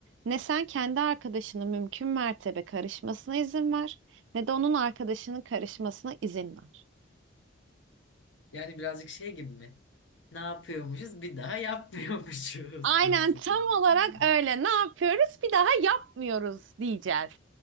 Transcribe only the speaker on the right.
ne sen kendi arkadaşının mümkün mertebe karışmasına izin ver ne de onun arkadaşının karışmasına izin ver.
Aynen
tam olarak
öyle. Ne yapıyoruz? Bir daha yapmıyoruz diyeceğiz.